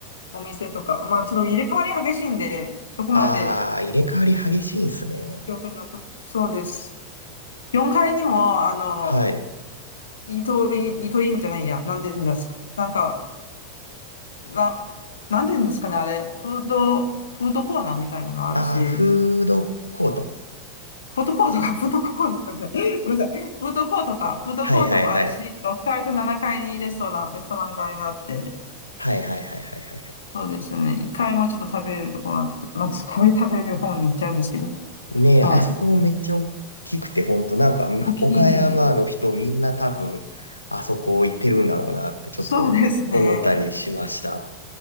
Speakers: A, on the left (about 65°); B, on the left (about 85°).
A: お店とか、まあちょっと入れ替わり激しいんで、どこまで、
B: ああ、入れ替わり激しいんすね。
A: あの、記憶に残っ、そうです。4階にも、あの、
B: はい。
A: イートイン、イートインじゃないや、なんでですか。なんか、な、なんて言うんですかね、あれ、フード、フードコーナーみたいなのあるし、
B: ああ、フードコート。
A: フードコートか、<laughs> フードコーナーじゃない、<laughs> ごめんなさい、フードコートか、フードコートもあるし、
B: はいはいはい。
A: 6階と7階にレストラン、レストラン街があって、
B: はいはいはいはいはい。
A: そうですよね、1階もちょっと食べれるとこがあって、まあ、ちょっと食べ、食べる方に行っちゃうんですけど、
B: ねえ、
A: はい、
B: あそこもめっちゃ大きくて、ほんとなんか、
A: 大きい、
B: 岡山の人みんな多分、あそこ行ってるんだろうなってちょっと思ったりしました。
A: そうですね、